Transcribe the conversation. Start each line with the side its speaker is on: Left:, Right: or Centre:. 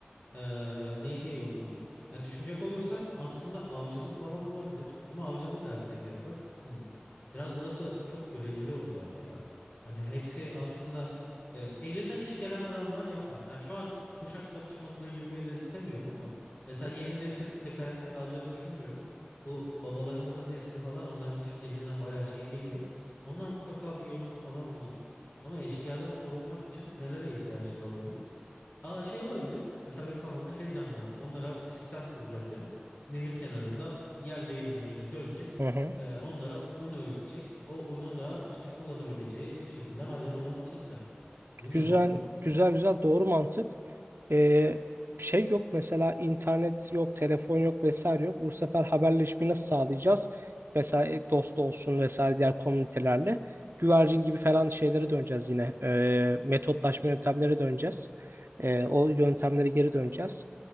Left: Ee, neyde iyi olmalıyız? Yani düşünecek olursan aslında avcılık falan olabilir. Ama avcılığı da herkes yapar. Hmm. Biraz burası çok göreceli oldu abi ya. Hani hepsi aslında e, elinden iş gelen adamlar yapar. Yani şu an kuşak çatışmasına girmeyi de istemiyorum ama mesela yeni nesil pek hayatta kalacağını düşünmüyorum. Bu babalarımızın nesli falan onların iş, elinden bayağı şey geliyor. Onlar mutlaka bir yolunu falan bulur. Ama eşkıyadan korunmak için nelere ihtiyaçları olabilir? Aa şey olabilir. Mesela benim kafama şey canlandı. Onlara sistem kuracağım derim. Nehir kenarında yel değirmeniyle dönecek.
Right: hı hı.
Left: Ee, onlara un öğütecek. O unun da işte kullanabileceği bir şekilde hale alabilecekler. Bilmiyorum
Right: Güzel,
Left: akıl
Right: güzel, güzel. Doğru mantık. Ee, şey yok mesela internet yok, telefon yok vesaire yok. Bu sefer haberleşmeyi nasıl sağlayacağız? Mesela e, dost olsun vesaire diğer komünitelerle. Güvercin gibi falan şeylere döneceğiz yine. Ee, metotlaşma yöntemlere döneceğiz. Ee, o yöntemlere geri döneceğiz.